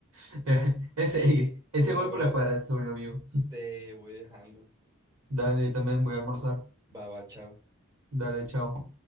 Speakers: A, on the right; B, on the right.
A: <laughs> ese,
B: Ey,
A: ese
B: bueno,
A: gol
B: bro,
A: por la escuadra es sobrino mío.
B: te voy dejando.
A: Dale, yo también voy a almorzar,
B: Baba, chao.
A: dale, chao.